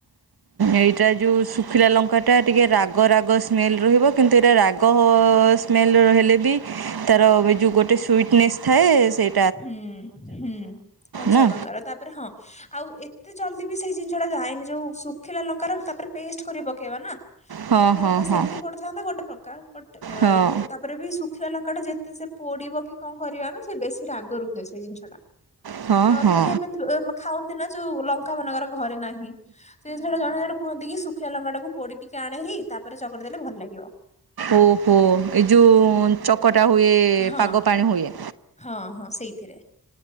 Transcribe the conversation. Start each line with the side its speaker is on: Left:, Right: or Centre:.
Right: ଏଇଟା ଯୋଉ ଶୁଖିଲା ଲଙ୍କାଟା ଟିକେ ରାଗ। ରାଗ ରାଗ ସ୍ମେଲ ରହିବ କିନ୍ତୁ ଏଇଟା ରାଗ ସ୍ମେଲରେ ରହିଲେ ବି ତାର ଏଇ ଯୋଉ ଗୋଟେ ସୁଇଟି ନେସ ଥାଏ ସେଇ
Left: ହୁଁ ହୁଁ କଞ୍ଚାଲଙ୍କାର
Right: ନା।
Left: ତାପରେ ହଁ। ଆଉ ଏତେ ଜଲଦି ବି ସେଇ ଜିନିଷ ଟା ଯାଏନି ଯୋଉ ଶୁଖିଲା ଲଙ୍କାର ତାପରେ ପେଷ୍ଟ କରି ପକେଇବା ନା।
Right: ହଁ
Left: ଶୁଖଲା
Right: ହଁ
Left: ରଙ୍ଗା
Right: ହଁ
Left: ସେମିତି ପଡିଥାନ୍ତା ଗୋଟେ ପ୍ରକାର ବଟ ଅ
Right: ହଁ।
Left: ତା ପରେ ବି ଶୁଖିଲା ଲଙ୍କାଟା ଯେତେ ସେ ପୋଡିବ କି କଣ କରିବା ସେ ବେଶୀ ରାଗ ରୁହେ ସେ ଜିନିଷ ଟା।
Right: ହଁ
Left: ନର୍ମାଲି
Right: ହଁ
Left: ଆମେ ଖାଉନ୍ତି ନା ଯୋଉ ଲଙ୍କା ମାନଙ୍କର ଘରେ ନାହିଁ। ସେ ସେଇଟା ଜଣେ ଜଣେ କୁହନ୍ତି କି ଶୁଖିଲା ଲଙ୍କାଟାକୁ ପୋଡି ଟିକେ ଆଣେହାରି ତାପରେ ଚକଟି ଦେଲେ ଭଲ ଲାଗିବ।
Right: ଓହୋ ଏଇ ଯୋଉ
Left: ହୁଁ
Right: ଚକଟା ହୁଏ
Left: ହଁ
Right: ପାଗ ପାଣି ହୁଏ।
Left: ହଁ ହଁ ସେଇଥିରେ।